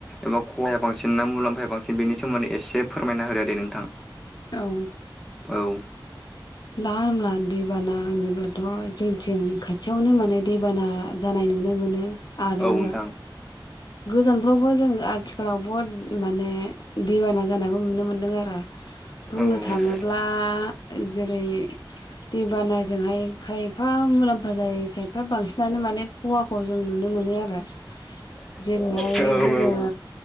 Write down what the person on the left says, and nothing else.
औ।
दा होनब्ला दैबाना होनोब्लाथ' जोंथिं खाथियावनो माने दैबाना जानाय नुनो मोनो। आरो
गोजानफ्रावबो जों आथिखालाव बुहुद माने दैबाना जानायखौ नुनो मोन्दों आरो
बुंनो थाङो ब्ला जेरै दैबानाजोंहाय खायफा मुलाम्फा जायो खायफा बांसिनानो माने खहाखौ जों नुनो मोनो आरो। जेरैहाय
जोङो